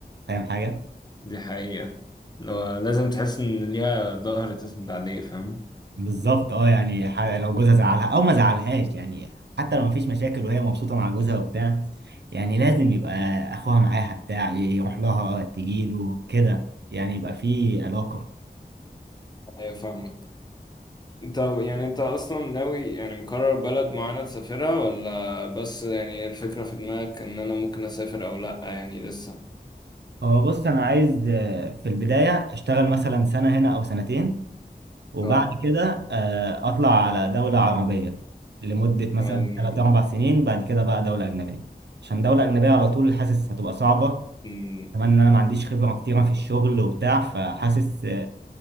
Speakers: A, on the right (about 85°); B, on the left (about 25°).
A: فاهم حاجه
B: دي حقيقة لو لازم تحس إن ليها ظهر تسند عليه فاهم
A: بالظبط اه يعني ح- لو جوزها زعلها او ما زعلهاش يعني حتى لو مفيش مشاكل وهي مبسوطه مع جوزها وبتاع يعني لازم يبقى اخوها معاها بتاع يروح لها تجيله كده يعني يبقى في علاقه
B: أيوة فاهمك انت يعني انت اصلا ناوي يعني مقرر بلد معينة تسافرها ولا بس يعني ايه الفكرة في دماغك ان انا ممكن اسافر او لا يعني لسه
A: هو بص انا عايز آه، في البدايه اشتغل مثلا سنه هنا او سنتين وبعد
B: اه
A: كده آه، اطلع على دوله عربيه لمده مثلا
B: ن-
A: 3 4 سنين بعد كده بقى دوله اجنبيه عشان دوله اجنبيه على طول حاسس هتبقى صعبه
B: ن-
A: كمان ان انا ما عنديش خبره كتيره في الشغل وبتاع فحاسس